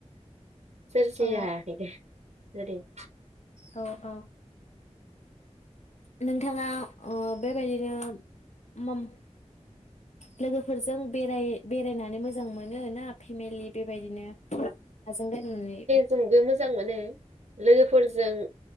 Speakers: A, on the right (about 75°); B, on the left (about 70°).
A: सोरजिनो
B: अ
A: हायाखै दे ओरैनो
B: औ औ नोंथाङा ओ बेबायदिनो ओम लोगोफोरजों बेराय बेरायनानै मोजां मोनो ना फेमेलि बेबायदिनो जों बेरायनानै
A: जोंबो मोजां मोनो लोगोफोर जों जों